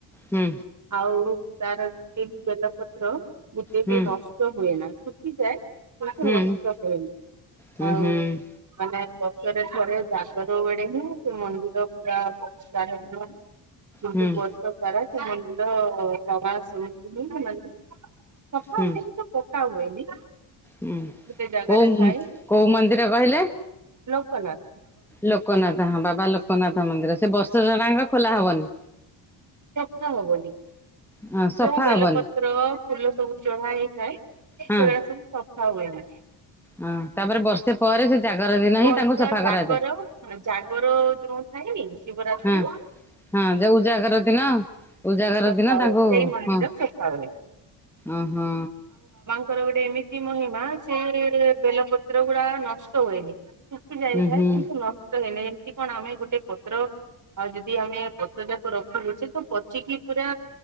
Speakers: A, in the centre; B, on the right.
A: ହୁଁ
B: ଆଉ ତାର ଗୋଟେ ହିଁ ବେଲପତ୍ର ଗୋଟେ
A: ହୁଁ
B: ବି ନଷ୍ଟ ହୁଏନା। ଶୁଖିଯାଏ ମାନେ
A: ହୁଁ
B: ନଷ୍ଟ ହୁଏନି।
A: ହୁଁ
B: ଆଉ
A: ହୁଁ
B: ମାନେ ବର୍ଷରେ ଥରେ ଜାଗର ବେଡେ ହିଁ ସେ ମନ୍ଦିର ପୁରା ପରିଷ୍କାର ହୁଏ। କିନ୍ତୁ
A: ହୁଁ
B: ବର୍ଷ ସାରା ସେ ମନ୍ଦିର <unintelligible> <unintelligible> ମାନେ ସଫା
A: ହୁଁ
B: ହୁଏନି ତ ପକା ହୁଏନି।
A: ହୁଁ
B: ଗୋଟେ ଜାଗାରେ
A: କୋଉ
B: ଥାଏ
A: କୋଉ ମନ୍ଦିର କହିଲେ?
B: ଲୋକନାଥ।
A: ଲୋକନାଥ ହଁ ବାବା ଲୋକନାଥ ମନ୍ଦିର। ସେ ବର୍ଷକ ସାରା ଯାକ ଖୋଲା ହବନି?
B: ସଫା ହବନି।
A: ହଁ ସଫା
B: ଯୋଉ ବେଲପତ୍ର
A: ହବନି
B: ଫୁଲ ସବୁ ଚଢା ହେଇଥାଏ
A: ହଁ
B: ସେଗୁରା ସବୁ ସଫା ହୁଏନି।
A: ହଁ ତାପରେ ବର୍ଷେ ପରେ ସେ ଜାଗର ଦିନ
B: ବର୍ଷା
A: ହିଁ ତାଙ୍କୁ ସଫା
B: ଜାଗର
A: କରାଯାଏ।
B: ଜାଗର ଯୋଉଁ ଥାଏନି, ଶିବରାତ୍ରୀ।
A: ହଁ ହଁ ଯୋଉ ଉଜାଗର ଦିନ ଉଜାଗର
B: ସଫା
A: ଦିନ
B: ହୁଏ
A: ତାଙ୍କୁ
B: ସେଇ ମନ୍ଦିର
A: ହଁ
B: ସଫା ହୁଏ
A: ଅ ହଁ।
B: ତାଙ୍କର ଗୋଟେ ଏମିତି ମହିମା, ସେ ବେଲପତ୍ର ଗୁଡା ନଷ୍ଟ ହୁଏନି। ଶୁଖି ଯାଇଥାଏ
A: ହୁଁ ହୁଁ
B: କିନ୍ତୁ ନଷ୍ଟ ହେଇନାହିଁ। ଏମତି କଣ ଆମେ ଗୋଟେ ପତ୍ର ଆଉ ଯଦି ଆମେ ପ୍ରସାଦକୁ ରଖିଲୁ, ସେ ତ ପଚିକି ପୁରା